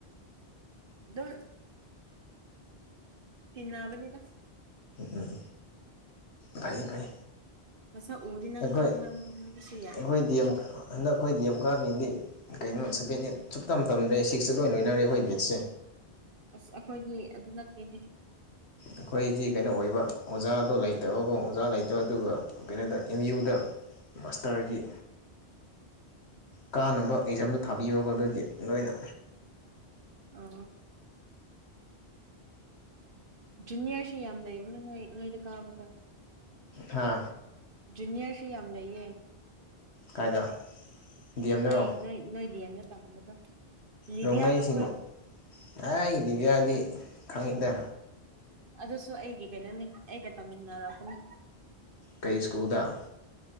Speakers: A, on the right (about 55°); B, on the left (about 80°).
A: ꯗꯨꯝ ꯇꯤꯟꯅꯕꯅꯤꯗ
B: ꯎꯝ ꯐꯥꯏ ꯐꯥꯏ
A: ꯃꯁꯛ ꯎꯔꯗꯤ ꯅꯪ
B: ꯑꯩꯈꯣꯏ
A: ꯈꯪꯂꯝꯕꯁꯨ ꯌꯥꯏ
B: ꯑꯩꯈꯣꯏ ꯗꯤ ꯑꯦꯝ ꯍꯟꯗꯛ ꯑꯩꯈꯣꯏ ꯗꯤ ꯑꯦꯝ ꯀꯥꯕꯁꯤꯡꯗꯤ ꯀꯩꯅꯣ ꯁꯕꯦꯟ ꯑꯩꯠ ꯁꯨꯞ ꯇꯝ ꯇꯝꯗ꯭ꯔꯦ ꯁꯤꯛꯁꯇ ꯂꯣꯏ ꯂꯣꯏꯅꯔꯦ ꯑꯩꯈꯣꯏ ꯕꯦꯠꯁꯦ
A: ꯑꯁ ꯑꯩꯈꯣꯏꯗꯤ ꯑꯗꯨ ꯅꯠꯇꯦꯅꯦ
B: ꯑꯩꯈꯣꯏꯗꯤ ꯀꯩꯅꯣ ꯑꯣꯏꯕ ꯑꯣꯖꯥꯗꯣ ꯂꯩꯇꯕꯀꯣ ꯑꯣꯖꯥ ꯂꯩꯇꯕ ꯑꯗꯨꯒꯥ ꯀꯩꯅꯣꯗ ꯑꯦꯝ ꯌꯨꯗ ꯃꯥꯁꯇꯔꯒꯤ ꯀꯥꯟꯅꯕ ꯑꯦꯛꯖꯥꯝꯗꯣ ꯊꯥꯕꯤꯌꯣꯒ ꯑꯗꯨꯗꯤ ꯂꯣꯏꯅ
A: ꯑꯣ ꯖꯨꯅꯤꯌꯔꯁꯨ ꯌꯥꯝ ꯂꯩꯕꯅꯤ ꯅꯣꯏ ꯅꯣꯏꯗ ꯀꯥꯕꯀꯣ
B: ꯍꯥ
A: ꯖꯨꯅꯤꯌꯥꯔꯁꯨ ꯌꯥꯝ ꯂꯩꯌꯦ
B: ꯀꯥꯏꯗ ꯗꯤ ꯑꯦꯝꯗꯔꯣ
A: ꯅꯣꯏ ꯅꯣꯏ ꯅꯣꯏ ꯗꯤ ꯑꯦꯝꯗ ꯇꯝꯕꯗꯣ ꯂꯤꯕꯤꯌꯥ
B: ꯔꯣꯡꯃꯩꯁꯤꯡ
A: ꯈꯪꯕ꯭ꯔꯥ
B: ꯀꯥꯔꯥꯏ ꯗꯤꯕꯤꯌꯥꯗꯤ ꯈꯪꯉꯤꯗ
A: ꯑꯗꯨꯁꯨ ꯑꯩꯒꯤ ꯀꯩꯅꯣꯅꯤ ꯑꯩꯒ ꯇꯥꯃꯤꯟꯅꯔꯛꯄꯅꯤ
B: ꯀꯩ ꯁ꯭ꯀꯨꯜꯗ